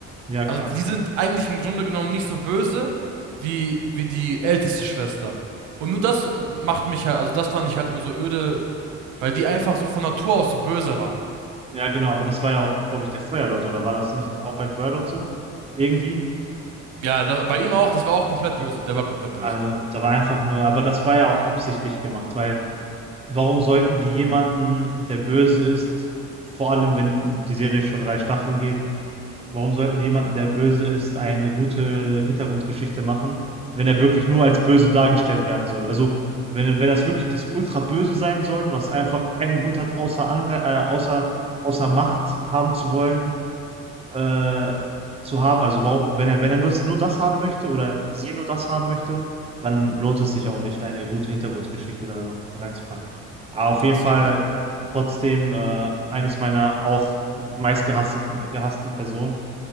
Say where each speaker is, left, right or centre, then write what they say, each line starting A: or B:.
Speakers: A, on the right; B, on the right.
A: ja,
B: Also
A: klar.
B: die sind eigentlich im Grunde genommen nicht so böse wie, wie die älteste Schwester. Und nur das äh, macht mich halt, also das fand ich halt nur so öde, weil die einfach so von Natur aus so böse war.
A: Ja, genau, aber das war ja auch, glaube ich, der Feuerlord, oder war das nicht auch beim Feuerlord so? Irgendwie?
B: Ja, da, bei ihm auch, das war auch komplett böse. Der war komplett böse.
A: Also, da war einfach nur aber das war ja auch absichtlich gemacht, weil warum sollten die jemanden, der böse ist vor allem wenn die Serie schon 3 Staffeln geht, warum sollten die jemanden, der böse ist, eine gute Hintergrundgeschichte machen, wenn er wirklich nur als böse dargestellt werden soll? Also, wenn wenn das wirklich das Ultraböse sein soll, was einfach keinen Grund hat, außer Angre äh, außer außer Macht haben zu wollen äh, zu haben. Also warum, wenn er, wenn er nur, nur das haben möchte oder sie nur das haben möchte, dann lohnt es sich auch nicht, eine gute Hintergrundgeschichte da noch reinzupacken. Aber auf
B: Da
A: jeden
B: hast
A: Fall
B: du recht.
A: trotzdem äh, eines meiner auch meistgehassten gehassten Personen.